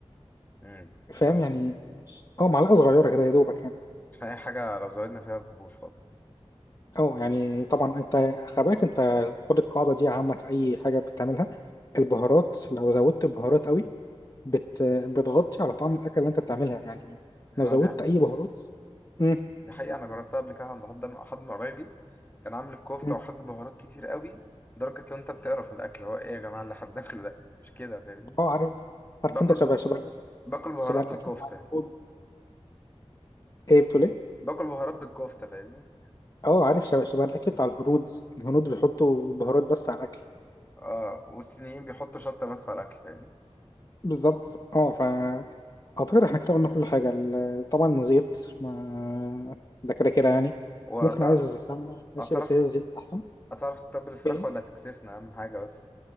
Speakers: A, on the left; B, on the left.
A: مم.
B: فاهم
A: عشان
B: يعني ماشي اه معلقه صغيره كده يا دوبك يعني
A: عشان اي حاجة لو زودنا فيها بتبوظ خالص
B: اه يعني طبعا انت خلي بالك انت خد القاعده دي عامه في اي حاجه بتعملها البهارات لو زودت بهارات قوي بت بتغطي على طعم الاكل اللي انت بتعملها يعني
A: انا
B: لو زودت
A: دي
B: اي بهارات امم
A: دي حقيقة انا جربتها قبل كده عند حد حد من قرايبي كان عامل الكفتة
B: امم
A: وحاطط بهارات كتير قوي لدرجة لو انت بتقرف من الاكل هو ايه يا جماعة اللي هتدخله <laughs> ده مش كده فاهمني
B: اه عارف عارف
A: باكل
B: انت شبه شبه الأكل-
A: باكل بهارات
B: شبه الاكل
A: بالكفتة
B: بتاع الهنود
A: يعني.
B: ايه بتقول ايه
A: باكل بهارات بالكفتة فاهمني
B: اه عارف شبه شبه الاكل بتاع الهنود الهنود بيحطوا بهارات بس على الاكل
A: اه والصينيين بيحطوا شطة بس على الاكل
B: بالظبط اه اعتقد احنا كده قلنا كل حاجه ال- طبعا زيت ما ده كده كده يعني
A: فاهمني
B: ممكن عايز سمنه ماشي
A: هتعرف
B: بس هي الزيت احسن
A: هتعرف تتبل الفراخ
B: ايه
A: ولا هتكسفنا أهم حاجة بس